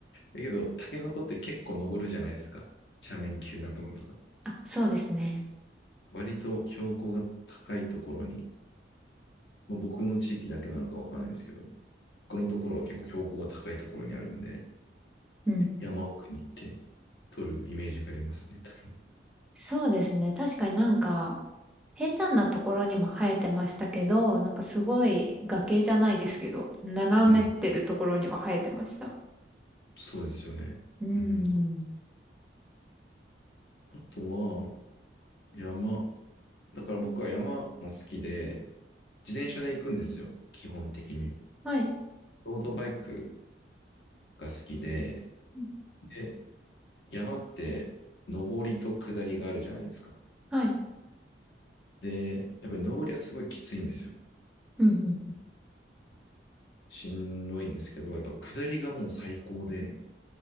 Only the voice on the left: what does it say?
けど、タケノコって結構登るじゃないですか。斜面急なとことか。
割と標高が高いところに、まあ、僕の地域だけなのかわからないんですけど、このところは結構標高が高いところにあるんで、
山奥に行って取るイメージがありますね、タケノコ。
うん、そうですよね。
うん。あとは、山。だから僕は山も好きで、自転車で行くんですよ、基本的に。
ロードバイクが好きで、
で、山って上りと下りがあるじゃないですか。
で、やっぱり上りはすごいきついんですよ。
しんどいんですけど、やっぱ下りがもう最高で、